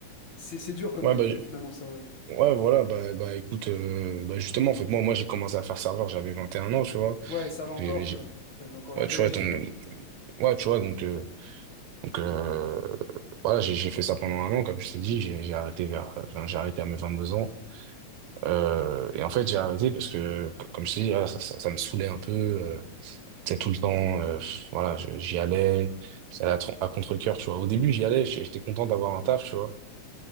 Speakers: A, on the left (about 50°); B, on the right (about 80°).
A: c'est c'est dur comme
B: ouais,
A: ville,
B: bah,
A: quoi,
B: j-
A: finalement, serveur.
B: ouais, voilà, bah, bah écoute, euh, bah, justement, en fait, moi, moi j'ai commencé à faire serveur, j'avais 21 ans, tu vois.
A: Ouais, ça va encore,
B: J'ai- j'ai-
A: tu vois. T'as t'as encore la
B: Ouais,
A: pêche.
B: tu vois, donc,
A: tu- Ouais,
B: ouais, tu vois, donc, euh, donc euh, voilà, j'ai j'ai fait ça pendant un an, comme je t'ai dit, j'ai j'ai arrêté vers, enfin, j'ai arrêté à mes 22 ans. Euh, et en fait, j'ai arrêté parce que, co- comme je te dis, voilà, ça, ça- ça me saoulait un peu. Euh, tu sais, tout le temps, euh, pff, voilà, je- j'y allais, ça allait à, tron- à contre-cœur, tu vois. Au début, j'y allais, j'étais j'étais content d'avoir un taf, tu vois.